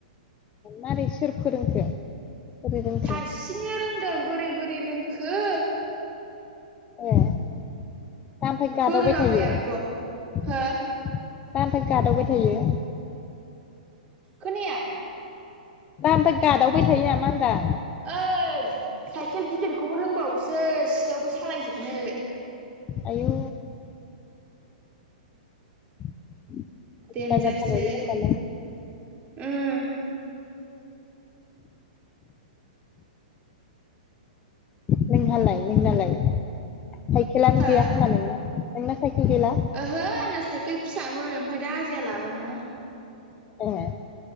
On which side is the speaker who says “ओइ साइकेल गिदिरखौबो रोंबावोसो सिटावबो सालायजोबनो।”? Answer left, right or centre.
Right